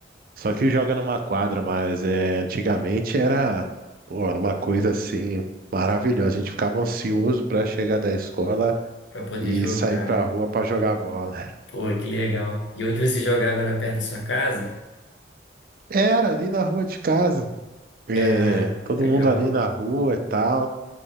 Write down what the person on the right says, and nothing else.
só que joga numa quadra, mas é, antigamente era, pô, era uma coisa assim maravilhosa. A gente ficava ansioso para chegar da escola
e
sair pra rua para jogar bola.
Era ali na rua de casa. É,
todo
mundo ali na rua e tal.